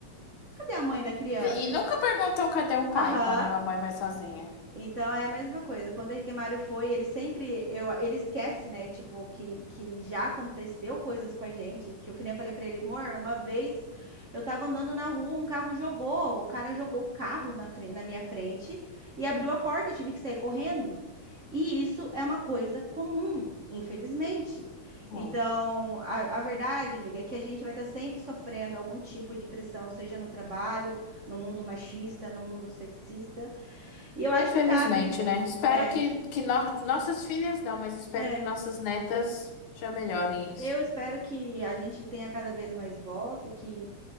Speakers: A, on the right (about 70°); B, on the left (about 80°).
A: Cadê a mãe da criança?
B: E nunca perguntam cadê o
A: Aham,
B: pai quando a mãe vai sozinha.
A: Então é a mesma coisa. Quando o Henrique Mário foi, ele sempre eu, ele esquece, né? Tipo, que, que já aconteceu coisas com a gente. Que eu que nem eu falei pra ele, amor, uma vez eu tava andando na rua, um carro jogou, o cara jogou o carro na frente, na minha frente e abriu a porta, eu tive que sair correndo. E isso é uma coisa comum, infelizmente.
B: Hum.
A: Então, a, a verdade, amiga, é que a gente vai estar sempre sofrendo algum tipo de pressão, seja no trabalho, no mundo machista, no mundo sexista. E eu acho
B: Infelizmente,
A: que cabe.
B: né? Espero
A: É,
B: que, que no- nossas filhas não, mas espero
A: é.
B: que nossas netas já melhorem isso.
A: Eu espero que a gente tenha cada vez mais voz e que